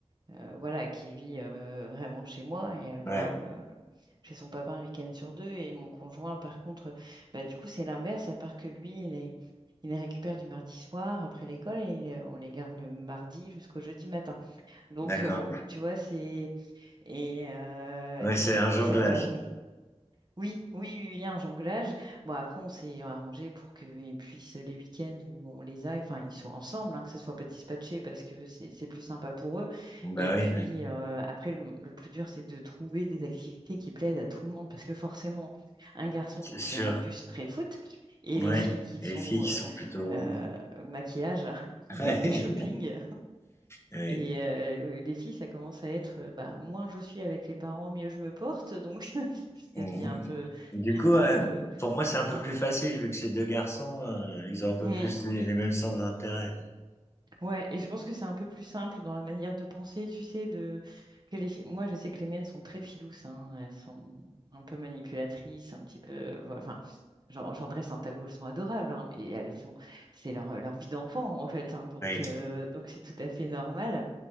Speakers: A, on the right; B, on the left.
A: euh, voilà, qui vit euh, vraiment chez moi et elle va
B: Ouais.
A: euh, chez son papa un week-end sur deux. Et mon conjoint, par contre, euh, bah, du coup, c'est l'inverse, à part que lui, il est, il les récupère du mardi soir après l'école et euh, on les garde le mardi jusqu'au jeudi matin. Donc,
B: D'accord.
A: euh, bon, tu vois, c'est. Et, euh,
B: Oui,
A: et
B: c'est
A: du
B: un
A: coup,
B: jonglage.
A: ça permet. Oui, oui, oui, oui, un jonglage. Bon, après, on s'est arrangé pour qu'ils puissent, les week-ends où on les a, enfin, ils soient ensemble, hein, que ce soit pas dispatché parce que c'est c'est plus sympa pour eux.
B: Bon, Bah
A: Et puis,
B: oui, hein,
A: euh, après, le, le plus dur, c'est de trouver des activités qui plaisent à tout le monde parce que forcément, un garçon
B: c'est sûr.
A: qui est en plus très foot et
B: Ouais.
A: les filles qui
B: Les
A: sont
B: filles qui
A: euh,
B: sont plutôt.
A: euh,
B: <laughs>
A: maquillage <laughs>
B: Ouais.
A: et shopping.
B: Oui.
A: Et euh, les filles, ça commence à être, euh, bah, moins je suis avec les parents, mieux je me porte. Donc, <laughs> ça
B: Mhm.
A: devient un peu,
B: Du coup, euh,
A: un peu.
B: pour moi, c'est un peu
A: Un
B: plus
A: peu.
B: facile vu que ces deux garçons, euh, ils ont un peu
A: Mm.
B: plus les, les mêmes sens d'intérêt.
A: Ouais, et je pense que c'est un peu plus simple dans la manière de penser, tu sais, de que les filles- Moi, je sais que les miennes sont très filouses, hein, Elles sont un peu manipulatrices, un petit peu. euh, voilà, Enfin, j'en j'en dresse un tableau, elles sont adorables, hein, mais elles font. C'est leur, euh, leur vie d'enfant, en fait, hein, donc
B: Oui.
A: euh, donc c'est tout à fait normal.